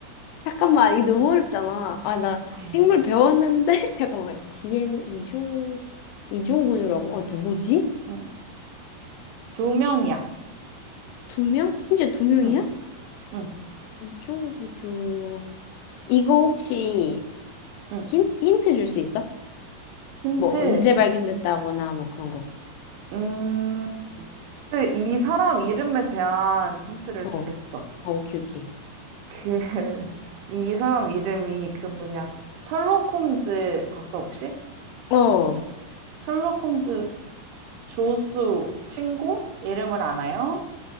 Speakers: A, on the left; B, on the right.
A: 잠깐만, 이게 너무 어렵잖아. 아, 나
B: <laughs>
A: 생물 배웠는데? <laughs> 잠깐만, DN 이중, 이중구조라고? 어, 누구지?
B: 응. 두 명이야.
A: 두 명? 심지어 두 명이야?
B: 응, 응,
A: 이중구조. 이거 혹시
B: 응.
A: 힌, 힌트 줄 수 있어?
B: 힌트.
A: 뭐, 언제 발견됐다거나 뭐 그런 거.
B: 음, 그 이 사람 이름에 대한 힌트를
A: 어,
B: 주겠어.
A: 어, 오케이, 오케이.
B: 그, <laughs> 이 사람 이름이 그 뭐냐. 셜록 홈즈 봤어, 혹시?
A: 어,
B: 셜록 홈즈 조수 친구? 이름을 아나요?